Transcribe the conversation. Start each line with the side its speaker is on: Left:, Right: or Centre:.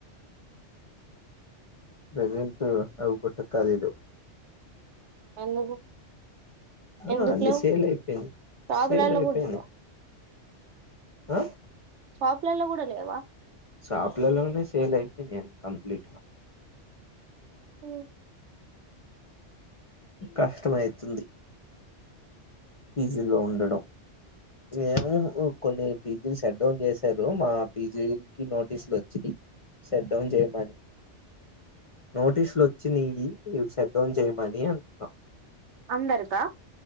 Left: ప్రెజెంట్ అవు కూడాట్ట కాలీ లేవు
Right: ఎందుకు ఎందుకు
Left: ఆ అన్ని
Right: లేవు
Left: సేల్ అయిపోయింది
Right: షాపులలో
Left: సేల్ అయిపోయింది
Right: కూడా లేవా
Left: ఆ
Right: షాప్లలో కూడా లేవా
Left: షాపులోని సేల్ అయిపోయినాయి అంట కంప్లీట్ గా
Right: హ
Left: కష్టమవుతుంది పి జి లో ఉండడం ఏమో కొన్ని పీజీలు షెట్ డౌన్ చేశారు మా పీజీ కి నోట్ తీసుకొచ్చిది సెట్ డౌన్ చేయమని నోటీసులు వచ్చినయి సట్ డౌన్ జయమనీ అంట
Right: అందారుకా